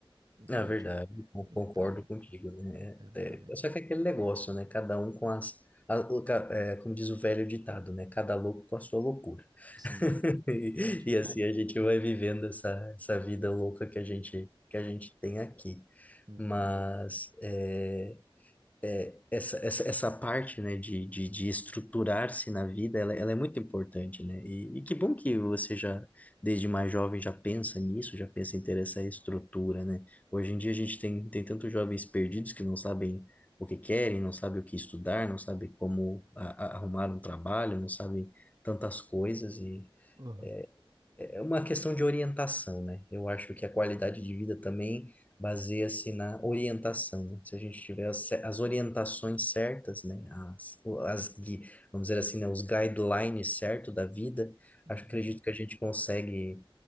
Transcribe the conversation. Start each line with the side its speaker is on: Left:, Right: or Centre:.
Right: Então,
Left: Na verdade,
Right: tipo,
Left: eu
Right: então,
Left: concordo contigo, né?
Right: exatamente.
Left: É, é, só que é aquele negócio, né? Cada um com as, a- o ca- é, como diz o velho ditado, né? Cada louco com a sua loucura.
Right: Sim,
Left: <laughs> E,
Right: é tipo
Left: e assim
Right: isso.
Left: a gente vai vivendo essa, essa vida louca que a gente, que a gente tem aqui.
Right: Uhum.
Left: Mas é, é, essa, essa, essa parte, né, de, de, de estruturar-se na vida, ela, ela é muito importante, né? E, e que bom que você já, desde mais jovem, já pensa nisso, já pensa em ter essa estrutura, né? Hoje em dia a gente tem, tem tantos jovens perdidos que não sabem o que querem, não sabem o que estudar, não sabem como a- a- arrumar um trabalho, não sabem tantas coisas e
Right: Aham.
Left: é, é é uma questão de orientação, né? Eu acho que a qualidade de vida também baseia-se na orientação, né? Se a gente tiver as, ce- as orientações certas, né? As, o- as, gui- vamos dizer assim, né? Os guidelines certos da vida,
Right: Uhum.
Left: acho, acredito que a gente consegue